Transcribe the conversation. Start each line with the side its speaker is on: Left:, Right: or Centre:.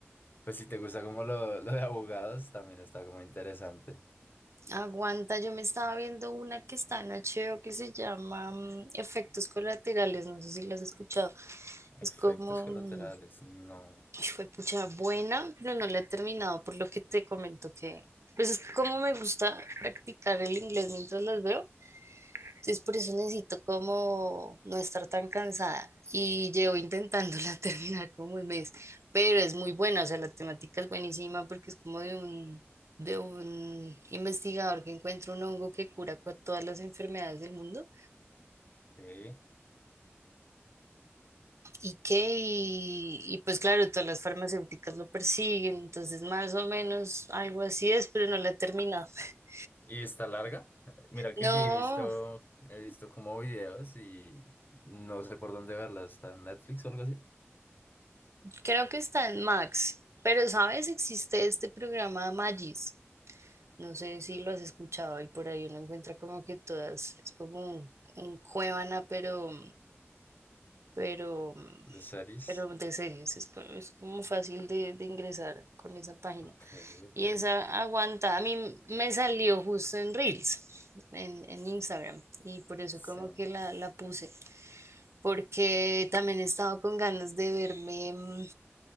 Left: Pues si te gusta como lo, lo de abogados, también está como interesante.
Right: Aguanta, yo me estaba viendo una que está en HBO que se llama mm, Efectos Colaterales. No sé si la has escuchado. Es
Left: Efectos
Right: como,
Left: colaterales,
Right: mm,
Left: no.
Right: Fue pucha buena, pero no la he terminado por lo que te comento que, pues es que como me gusta practicar el inglés mientras las veo, entonces por eso necesito como no estar tan cansada y llevo intentándola <laughs> terminar como un mes, pero es muy buena, o sea, la temática es buenísima porque es como de un, de un investigador que encuentra un hongo que cura cua- todas las enfermedades del mundo
Left: ok.
Right: ¿Y qué? Y, y pues claro, todas las farmacéuticas lo persiguen, entonces más o menos algo así es, pero no la he terminado. <laughs>
Left: ¿Y está larga? Mira que
Right: No,
Left: sí, he visto, he visto como videos y no sé por dónde verla. ¿Está en Netflix o algo así?
Right: creo que está en Max, pero ¿sabes? Existe este programa Magis. No sé si lo has escuchado y por ahí uno encuentra como que todas, es como un, un Cuevana, pero, pero,
Left: ¿De series?
Right: pero de series, es, co- es como fácil de, de ingresar con esa página.
Left: Ok, ok.
Right: Y esa aguanta, a mí me salió justo en Reels, en, en Instagram, y por eso
Left: Sun
Right: como que la, la puse, porque también he estado con ganas de verme mm,